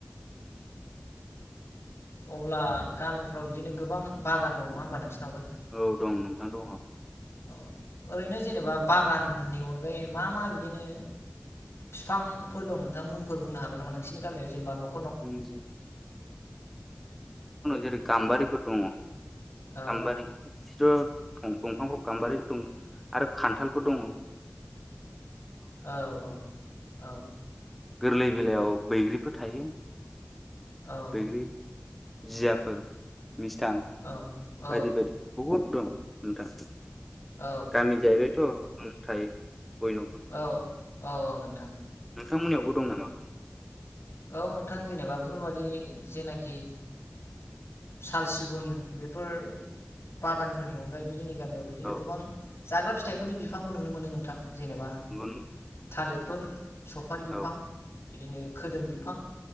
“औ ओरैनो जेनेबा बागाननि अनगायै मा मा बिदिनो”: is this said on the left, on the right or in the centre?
Left